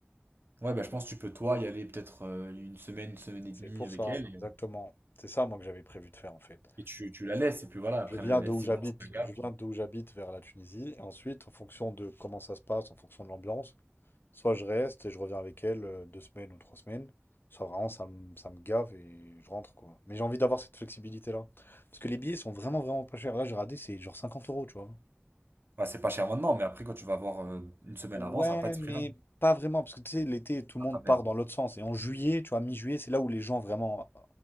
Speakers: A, on the right; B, on the left.
A: Ouais, bah, je pense que tu peux, toi, y aller peut-être euh, une semaine, une semaine et
B: C'est
A: demie
B: pour
A: avec
B: ça,
A: elle,
B: exactement.
A: et,
B: C'est ça, moi, que j'avais prévu de faire en fait.
A: et tu, tu la laisses, et puis voilà, après,
B: Je viens
A: elle,
B: de où
A: c'est
B: j'habite.
A: vraiment ça te gave.
B: Je viens d'où j'habite vers la Tunisie. Et ensuite, en fonction de comment ça se passe, en fonction de l'ambiance. Soit je reste et je reviens avec elle euh, deux semaines ou trois semaines, soit vraiment ça me, ça me gave et je rentre quoi. Mais j'ai envie d'avoir cette flexibilité-là. Parce que les billets sont vraiment vraiment pas chers. Là j'ai regardé, c'est genre 50 euros, tu vois.
A: Ouais, c'est pas cher maintenant, mais après, quand tu vas avoir euh, une semaine
B: Ouais,
A: avant, ça va pas être
B: mais
A: ce prix-là.
B: pas vraiment, parce que tu sais, l'été, tout le
A: Ah,
B: monde
A: ben,
B: part dans l'autre sens. Et en juillet, tu vois, mi-juillet, c'est là où les gens vraiment